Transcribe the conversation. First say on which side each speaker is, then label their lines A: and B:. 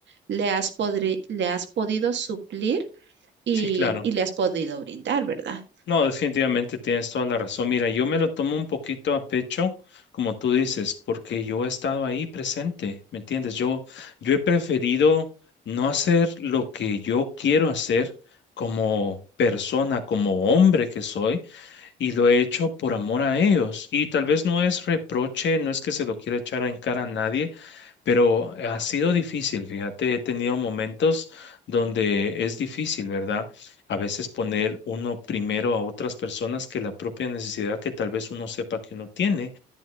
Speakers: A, on the right (about 65°); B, on the left (about 65°).
A: le has, podri- le has podido suplir y,
B: Sí, claro.
A: y le has podido brindar, ¿verdad?
B: No, definitivamente tienes toda la razón. Mira, yo me lo tomo un poquito a pecho, como tú dices, porque yo he estado ahí presente, ¿me entiendes? Yo, yo he preferido no hacer lo que yo quiero hacer como persona, como hombre que soy y lo he hecho por amor a ellos. Y tal vez no es reproche, no es que se lo quiera echar en cara a nadie, pero ha sido difícil, fíjate, he tenido momentos donde es difícil, ¿verdad? A veces poner uno primero a otras personas que la propia necesidad que tal vez uno sepa que uno tiene,